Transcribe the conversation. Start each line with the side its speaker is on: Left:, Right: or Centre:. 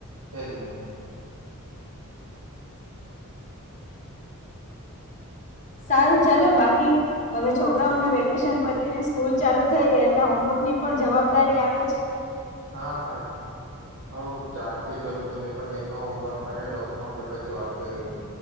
Right: તેજ ને
Left: સારું ચાલો બાકી હવે છોકરાઓની
Right: હા
Left: વેકેશન પ પતિ ને સ્કૂલ ચાલુ થઈ એટલે હોમવર્કની પણ જવાબદારી આવેજ.
Right: હા હા, હ ચાલશે ચલો તમે પણ એમનો હોમવર્ક કરેલો આપણે પછી વાત કરીએ.